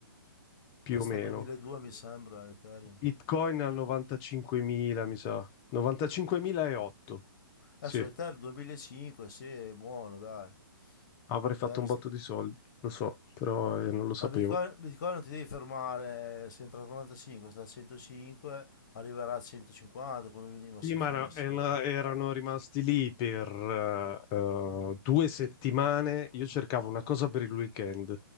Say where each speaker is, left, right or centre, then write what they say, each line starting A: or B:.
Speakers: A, on the left; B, on the left.
A: più
B: È sta
A: o meno.
B: 2002 mi sembra, Ethereum.
A: Bitcoin a 95.000, mi sa. 95.008. Sì,
B: Adesso l'Ethereum 2005, sì, è buono, dai.
A: avrei
B: L'Ethereum
A: fatto un
B: sta-
A: botto di soldi, lo so, però eh, non lo sapevo.
B: Ma Bitcoin, Bitcoin non ti devi fermare, se entra a 95, sta a 105, ma arriverà a 150 come minimo
A: Sì,
B: se
A: ma
B: fanno
A: no,
B: 50.
A: era- erano rimasti lì per eh, eh, due settimane. Io cercavo una cosa per il weekend,